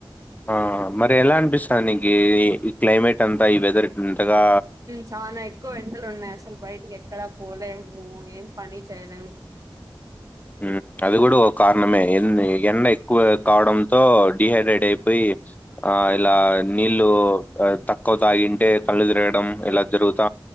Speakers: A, on the left (about 20°); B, on the right (about 45°).
A: ఆ మరి ఎలా అనిపిస్తాది నీగి ఈ ఈ క్లైమేట్ అంతా ఈ వెదర్ ఇంతగా
B: చాన ఎక్కువ ఎండలు ఉన్నాయి అసలు బయటికి ఎక్కడ పోలేము ఏం పని చేయలేము
A: ఊ అది కూడ ఒక కారణమే ఎన్ ఎండ ఎక్కువ కావడంతో డిహైడ్రేట్ అయిపోయి ఆ ఇలా నీళ్లు తక్కువ తాగింటే కళ్ళు తిరగడం ఇలా జరుగు త